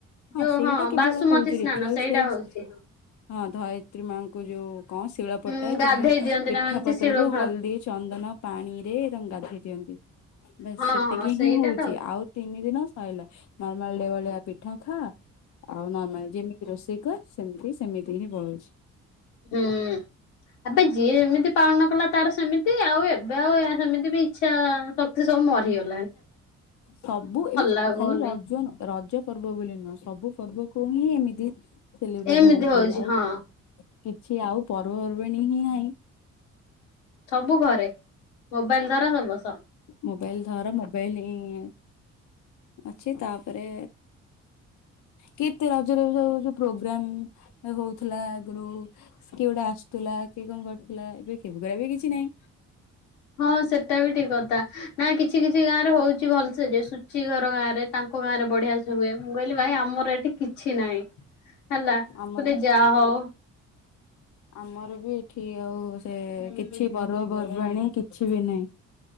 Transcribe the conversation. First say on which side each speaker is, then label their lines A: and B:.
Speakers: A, on the left (about 55°); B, on the left (about 85°).
A: ହଁ
B: ଯୋଉ
A: ସେଇଟା କେବଳ
B: ବାସୁମତୀ
A: ହଉଛି
B: ସ୍ନାନ
A: ରିଚୁଆଲସ
B: ସେଇଟା
A: ୱଇଜ୍
B: ହଉଛି।
A: ହଁ ଧୟିତ୍ରୀ ମାଙ୍କୁ ଯୋଉ କଣ ଶିଳ
B: ହୁଁ
A: ପଟା କି
B: ଗାଧେଇ ଦିଅନ୍ତି
A: ପିଠା
B: ନା ଏମିତି
A: ପତ୍ର
B: ଶିଳ
A: କୁ
B: ଫିଳ
A: ହଳଦୀ ଚନ୍ଦନ ପାଣିରେ ତାଙ୍କୁ ଗାଧୋଇ ଦିଅନ୍ତି। ବାସ
B: ହଁ
A: ସେତିକି
B: ହଁ ସେଇଟା
A: ହିଁ ହଉଛି
B: ତ
A: ଆଉ ତିନି ଦିନ ସଇଲା ନରମାଲ ଡେ ଭଳିଆ ପିଠା ଖା ଆଉ ନର୍ମାଲ ଯେମିତ ରୋସେଇ କର ସେମିତି ସେମିତି ହିଁ ପଳଉଛି।
B: ହୁଁ ଆବେ ଯିଏ ଯେମିତି ପାଳନ କଲା ତାର ସେମିତି ଆଉ ଏବେ ଆଉ ସେମିତି ବି ଇଛା ଶକ୍ତି ସବୁ ମରିଗଲା
A: ସବୁ ଏବେ
B: ଲାଗୁନି।
A: ଖାଲି ରଜ ରଜ ପର୍ବ ବୋଲି ନୁହଁ ସବୁ ପର୍ବ କୁ ହିଁ ଏମିତି ସେଲିବ୍ରେଟ
B: ଏମିତି
A: ହଉଛି ଆଉ
B: ହଁ
A: କିଛି ଆଉ ପର୍ବପର୍ବାଣୀ ହିଁ ନାହିଁ।
B: ସବୁ ଘରେ ମୋବାଇଲ ଧର ସବୁ ବସ।
A: ମୋବାଇଲ ଧର ମୋବାଇଲ ହିଁ ଅଛି ତାପରେ କେତେ ରଜରେ ଯୋଉ ପ୍ରୋଗ୍ରାମ ହଉଥିଲା ଆଗରୁ କିଏ ଗୋଟେ ଆସୁଥିଲା କିଏ କଣ କରୁଥିଲା ଏବେ <inaudible> ବି କିଛି ନାଇଁ
B: ହଁ ସେଟା ବି ଠିକ କଥା ନା କିଛି କିଛି ଗାଁ ରେ ହଉଛି ଭଲସେ ଯେ ଚ ଘର ଗାଁରେ ତାଙ୍କ ଗାଁ ରେ ବଢିଆ ସେ ହୁଏ ମୁଁ କହିଲି ଭାଇ ଆମର ଏଠି କିଛି ନାହିଁ। ହେଲା କହିଲି
A: ଆମର
B: ଯା ହଉ
A: ଆମର ବି ଏଠି ଆଉ ସେ କିଛି ପର୍ବପର୍ବାଣି କିଛି ବି ନାହିଁ